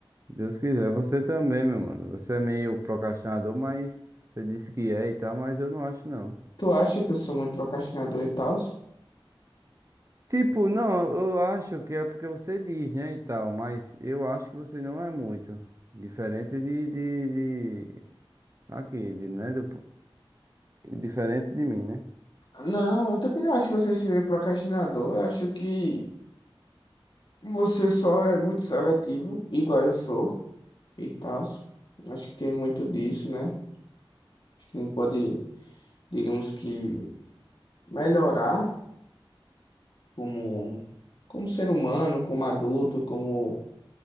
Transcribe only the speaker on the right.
Se Deus quiser, você também, meu mano. Você é meio procrastinador, mas você disse que é e tal, mas eu não acho, não.
Tipo, não, eu acho que é porque você diz, né, e tal, mas eu acho que você não é muito diferente de, de, de- aqui, de, né, do, diferente de mim, né?